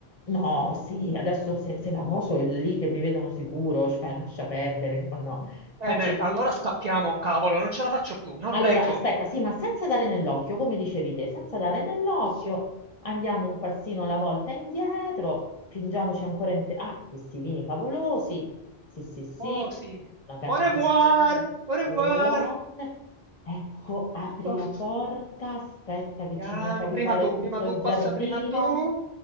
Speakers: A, on the left (about 40°); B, on the right (about 55°).
A: No, sì, adesso se, se la poso è lì che mi vedono sicuro, cioè lascia perdere, no, no,
B: Bene,
A: faccio...
B: allora scappiamo, cavolo, non ce la faccio più, non
A: Allora,
B: reggo.
A: aspetta, sì, ma senza dare nell'occhio, come dicevi te, senza dare nell'occhio,
B: Sì.
A: andiamo un passino alla volta indietro, fingiamoci ancora in te... Ah, questi vini favolosi,
B: Sì.
A: sì, sì, sì,
B: Oh, sì.
A: una cantina
B: Au revoir,
A: meravigliosa,
B: au revoir.
A: Ecco, apri
B: Oh.
A: la porta, aspetta che
B: Piano,
A: ci manca di
B: prima
A: fare
B: tu, prima
A: tutto
B: tu,
A: il
B: passa
A: giardino.
B: prima tu.